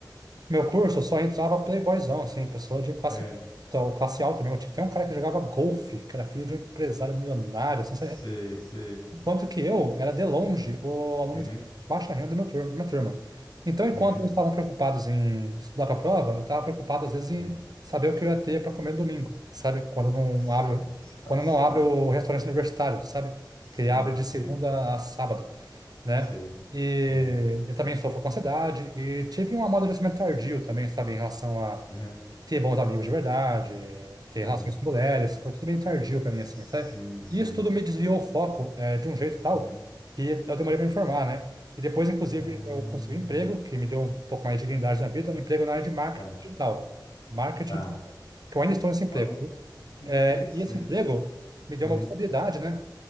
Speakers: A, on the right; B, on the left.
A: meu curso só entrava playboyzão, assim, pessoa de classe,
B: é.
A: então, classe alta mesmo. Tinha até um cara que jogava golfe, que era filho de um empresário milionário, assim,
B: Sei, sei.
A: Enquanto que eu era de longe o aluno
B: Aham,
A: de baixa renda da minha turma. da minha turma. Então, enquanto
B: aham,
A: eles estavam preocupados em estudar para a prova, eu estava preocupado, às vezes, em
B: aham.
A: saber o que eu ia ter para comer no domingo, sabe? Quando
B: Putz,
A: não abre,
B: cara, que situação,
A: quando não abre o
B: hein?
A: restaurante universitário, sabe?
B: Sim,
A: Que ele abre de
B: sei,
A: segunda a sábado, né?
B: sei.
A: E
B: Aham,
A: eu também sofro com ansiedade e tive um amadurecimento tardio também, sabe? Em relação a
B: aham.
A: ter bons amigos de verdade, eh, ter
B: Tá.
A: relações com mulheres, foi tudo bem tardio para
B: Sim,
A: mim, assim, sabe?
B: sim.
A: E isso tudo me desviou o foco, eh, de um jeito tal
B: Aham.
A: que eu demorei para me formar, né? E depois, inclusive,
B: Ah.
A: eu consegui um emprego que me deu um pouco mais de dignidade na vida, um emprego na área de marketing
B: Tá.
A: digital. Marketing
B: Tá.
A: digital, que eu ainda estou nesse emprego.
B: Olha
A: viu?
B: que
A: Eh,
B: interessante.
A: e esse emprego me deu
B: Uhum,
A: uma estabilidade, né?